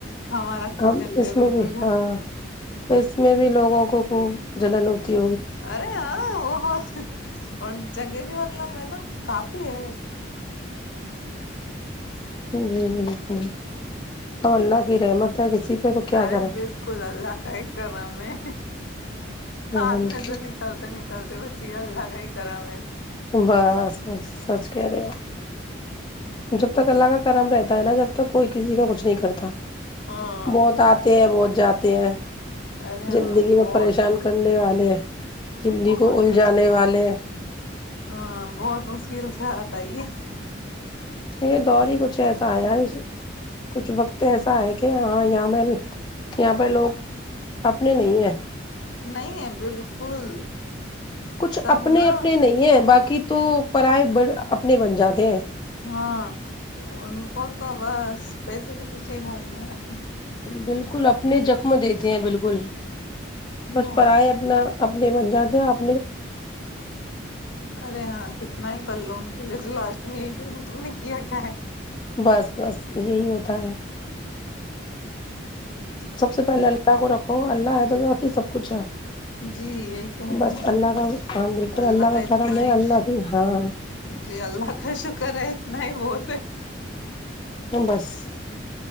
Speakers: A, on the left; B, on the left.
A: ہمارا کونے
B: اب
A: پہ
B: اس
A: بالکل
B: میں بھی
A: گھر
B: ہاں اس میں بھی لوگوں کو خوب جلن ہوتی ہے
A: اوررے ہاں وہت اور جگے بھی مطلب ہے نا کافی ہے
B: جی ج ج ا اللہ کی رحمت ہے کسی پہ تو کیا
A: ارے
B: کریں
A: بالکل اللہ کا ہی کر رہا میں
B: ہاں
A: ہاتھ میں سے نکلتے نکلتے بچے چیل لگائی کرا میں
B: بس بس سچ کر ہو جب تک اللہ کا کرم رہتا ہے نا جب تک کوئی کسی کا کچھ نہیں کرتا
A: ہاں
B: بہت آتے ہیں بہت جاتے ہیں
A: ارے
B: زندگی
A: ہاں
B: میں
A: بہت
B: پریشان کرنے والے زندگی
A: بہت
B: کو الجھانے
A: مشکل
B: والے
A: ہاں بہت مشکل سے پائی ہے
B: یہ دور ہی کچھ ایسا آیا کچھ وقت ایسا ہے کہ ہاں یہاں میں یہاں پہ لوگ اپنے نہیں ہیں
A: نہیں ہے بالکل
B: کچھ
A: سب
B: اپنے
A: نا
B: اپنے نہیں ہیں باقی کہ تو پرائے بڑ اپنے بن جاتے ہیں <unintelligible>
A: ہاں ان کو تو بس پیسے کے پیچھے ہی باگنا ہے
B: بالکل اپنے زخم دے د <unintelligible> اے ہیں بالکل <unintelligible> بس
A: بہت
B: پڑ ہے اپنا <unintelligible> اپنے بن جاتے ہیں آپ <unintelligible>
A: ارے ہاں کتنا ہی کر لو ان <unintelligible> پہلے تو لاسٹ میں یہ کہیں گے تم نے کیا کیا ہے <unintelligible>
B: بس بس یہی ہوتا ہے <unintelligible> سب سے پہلے اللہ کو رکھو اللہ ہے توقی سب کچھ ہے
A: جی یہی تو ہے
B: بس
A: نا
B: اللہ کا ہاں بالکل
A: اللہ کا اتنا
B: کرم ہے
A: عش
B: اللہ کی ہاں
A: جی اللہ کا شکر ہے نہیں بہت <unintelligible>
B: ہ بس <unintelligible>